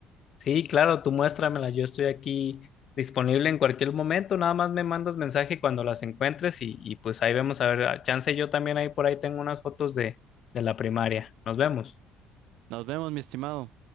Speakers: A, on the left; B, on the right.
A: Sí, claro, tú muéstramela, yo estoy aquí disponible en cualquier momento, nada más me mandas mensaje cuando las encuentres y, y pues ahí vemos, a ver, a chance yo también ahí por ahí tengo unas fotos de, de la primaria. Nos vemos.
B: Nos vemos, mi estimado.